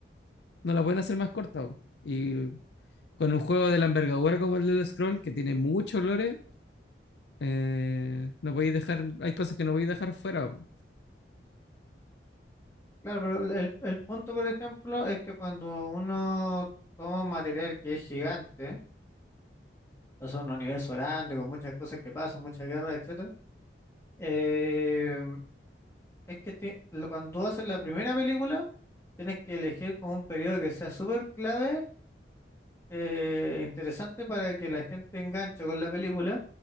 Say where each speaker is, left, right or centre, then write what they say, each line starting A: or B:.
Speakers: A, on the left (about 65°); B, on the left (about 15°).
A: no la pueden hacer más corta. po. Y con un juego de la envergadura como el Elder Scroll, que tiene mucho lore, eh, no podéis dejar, hay cosas que no podéis dejar fuera. po.
B: claro, pero el, el punto, por ejemplo, es que cuando uno toma un material que es gigante, o sea, un universo grande, con muchas cosas que pasan, muchas guerras, etcétera, eh, Es que ti- lo- cuando tú haces la primera película, tienes que elegir como un periodo que sea súper clave, eh, interesante para que la gente enganche con la película